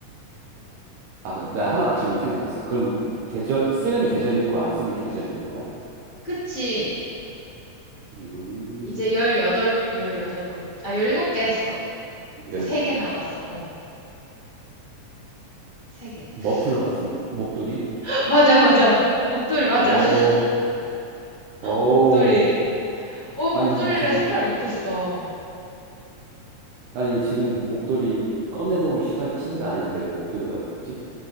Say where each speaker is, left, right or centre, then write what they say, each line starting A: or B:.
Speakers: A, on the right (about 80°); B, on the left (about 55°).
A: 아, 나 하나 질문 생각났어. 그럼
B: 어.
A: 계절, 쓰는 계절이 있고 안 쓰는 계절이 있는 거야?
B: 그치.
A: 음,
B: 이제 열여덟.. 열여덟번 아, 17개 했어. 이제
A: 열이
B: 3개
A: 먹겠지.
B: 나왔어. 어, 세 개
A: 머플러
B: <gasps>
A: 같은데? 목도리?
B: <laughs> 맞아, 맞아. 목도리, 맞아.
A: 오,
B: <laughs>
A: 오.
B: 목도리. 어,
A: 아니,
B: 목도리를
A: 근데 지금,
B: 생각을 못했어.
A: 아니, 지금 목도리 꺼내놓을 시간, 시기가 아닌데 왜 목도리 같지?